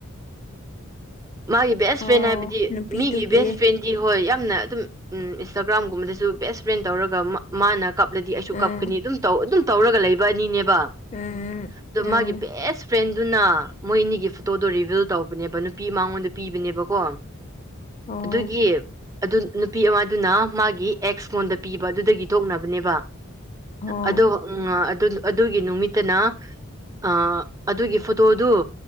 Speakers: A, on the left; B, on the right.
A: <inaudible>
B: ꯃꯥꯒꯤ ꯕꯦꯁ
A: ꯑꯣ
B: ꯐ꯭ꯔꯦꯟ ꯍꯥꯏꯕꯗꯤ
A: ꯅꯨꯄꯤꯗꯨꯒꯤ
B: ꯃꯤꯒꯤ ꯕꯦꯁ ꯐ꯭ꯔꯦꯟꯗꯤ ꯍꯣꯏ ꯌꯥꯝ ꯌꯥꯝꯅ ꯑꯗꯨꯝ ꯎꯝ ꯏꯟꯁꯇꯥꯒ꯭ꯔꯥꯝꯒꯨꯝꯕꯗꯁꯨ ꯕꯦꯁ ꯐ꯭ꯔꯦꯟ ꯇꯧꯔꯒ ꯃꯥꯅ ꯀꯞ ꯂꯗꯤ ꯑꯩꯁꯨ
A: ꯎꯝ
B: ꯀꯞꯀꯅꯤ ꯑꯗꯨꯝ ꯇꯧ ꯑꯗꯨꯝ ꯇꯧꯔꯒ ꯂꯩꯕ ꯑꯅꯤꯅꯦꯕ
A: ꯎꯝ
B: ꯑꯗꯣ
A: ꯎꯝ
B: ꯃꯥꯒꯤ ꯕꯦꯁ ꯐ꯭ꯔꯦꯟꯗꯨꯅ ꯃꯣꯏ ꯑꯅꯤꯒꯤ ꯐꯣꯇꯣꯗꯣ ꯔꯤꯚꯤꯜ ꯇꯧꯕꯅꯦꯕ ꯅꯨꯄꯤ ꯃꯉꯣꯟꯗ ꯄꯤꯕꯅꯦꯕꯀꯣ
A: ꯑꯣ
B: ꯑꯗꯨꯒꯤ ꯑꯗꯨ ꯅꯨꯄꯤ ꯑꯃꯗꯨꯅ ꯃꯥꯒꯤ ꯑꯦꯛꯁ ꯀꯣꯟꯗ ꯄꯤꯕ ꯑꯗꯨꯗꯒꯤ ꯇꯣꯛꯅꯕꯅꯦꯕ
A: ꯑꯣ
B: ꯑꯗꯣ ꯑ ꯑꯗꯨꯒꯤ ꯅꯨꯃꯤꯠꯇꯅ ꯑ ꯑꯗꯨꯒꯤ ꯐꯣꯇꯣꯗꯨ